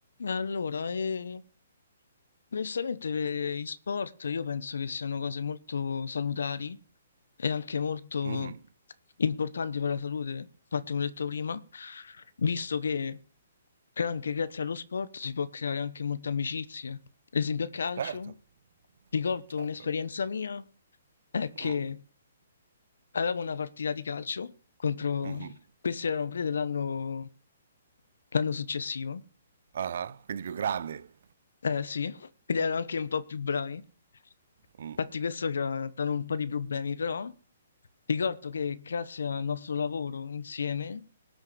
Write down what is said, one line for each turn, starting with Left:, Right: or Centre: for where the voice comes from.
Left: Allora, eh, onestamente eh, gli sport io penso che siano cose molto salutari e anche molto
Right: Mh-mh.
Left: importanti per la salute, infatti come ho detto prima, visto che gra- anche grazie allo sport si può creare anche molte amicizie. Ad esempio a calcio,
Right: Certo,
Left: ricordo
Right: certo.
Left: un'esperienza mia, è che
Right: Mh.
Left: avevamo una partita di calcio contro,
Right: Mh-mh.
Left: questi erano prese dell'anno l'anno successivo
Right: Ah-ah, quindi più grande.
Left: Eh sì, quindi erano anche un po' più bravi.
Right: Mh.
Left: Infatti questo ci ha dato un po' di problemi, però ricordo che grazie al nostro lavoro insieme